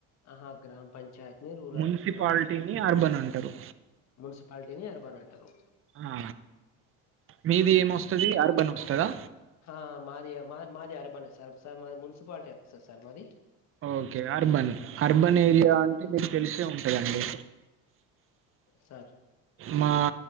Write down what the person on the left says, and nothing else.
ఆహా గ్రామ పంచాయతీని రూరల్
అంటరా అండి
మున్సిపాలిటీని అర్బన్ అంటరు
హ మాది మా మాది అరబనే సార్ సార్ మాది మున్సిపాలిటీ వస్తది సార్ మాది
సార్